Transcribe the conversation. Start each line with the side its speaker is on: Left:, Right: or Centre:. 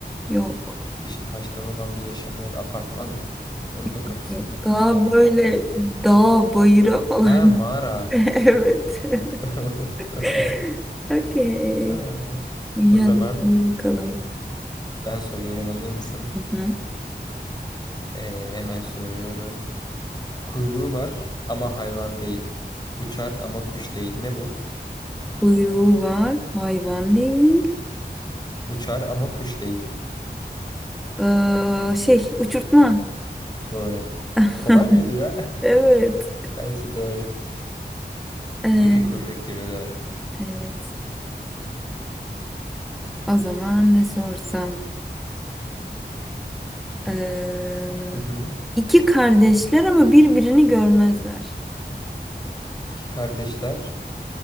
Centre: Yok.
Left: Dışı taştan olan bir yaşam yeri apartman mı? Onun da kapısı
Centre: Yok. Daha
Left: camı
Centre: böyle
Left: var.
Centre: dağ bayıra falan.
Left: Ha mağara.
Centre: <laughs> Evet.
Left: <laughs> Tamam
Centre: <laughs>
Left: tamam.
Centre: Okey.
Left: Ha,
Centre: İyi,
Left: O zaman
Centre: Hadi sor bakalım.
Left: ben soruyorum hazır mısın?
Centre: Hı hı.
Left: Ee, hemen soruyorum. Kuyruğu var ama hayvan değil. Uçar ama kuş değil. Ne bu?
Centre: Kuyruğu var. Hayvan değil.
Left: Uçar ama kuş değil.
Centre: Ee, şey uçurtma.
Left: Doğru.
Centre: <laughs>
Left: Kolay mıydı ya?
Centre: Evet.
Left: <laughs> Gerçi doğru.
Centre: Ee,
Left: İpi kuyruk gibi doğru.
Centre: evet. O zaman ne sorsam? Ee,
Left: Hı hı.
Centre: iki kardeşler ama birbirini görmezler.
Left: İki kardeşler